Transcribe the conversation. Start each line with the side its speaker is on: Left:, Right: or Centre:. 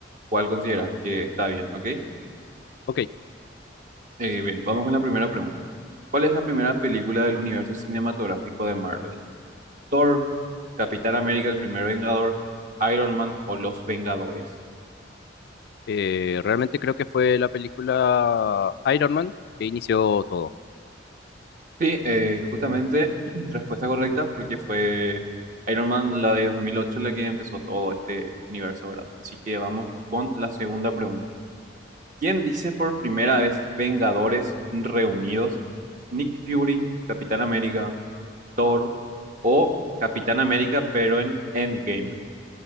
Right: cuál consideras que está bien, ¿ok?
Left: Ok,
Right: Eh, bien, vamos con la primera pregunta. ¿Cuál es la primera película del universo cinematográfico de Marvel? Thor, Capitán América, el primer Vengador, Iron Man o Los Vengadores.
Left: eh, realmente creo que fue la película Iron Man que inició todo.
Right: Sí, eh, justamente <clears throat> respuesta correcta porque fue Iron Man la de 2008, la que empezó todo este universo, ¿verdad? Así que vamos con la segunda pregunta. ¿Quién dice por primera vez Vengadores reunidos? Nick Fury, Capitán América, Thor o Capitán América pero en Endgame.